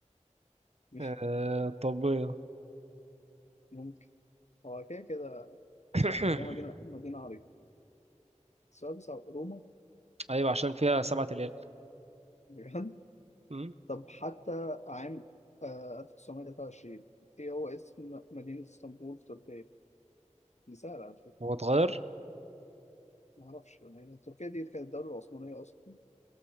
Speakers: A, on the left; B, on the right.
A: <laughs> مش
B: آه الطبية
A: ممكن هو كده كده
B: <coughs>
A: هي مدينة مدينة عريقة السؤال بصعب روما
B: ايوه عشان فيها سبعة ليال
A: بجد
B: أمم،
A: طب حتى عام آه، 1923 إيه هو اسم مدينة اسطنبول في تركيا؟ دي سهلة على فكرة
B: هو اتغير
A: ما أعرفش يعني تركيا دي كانت الدولة العثمانية أصلا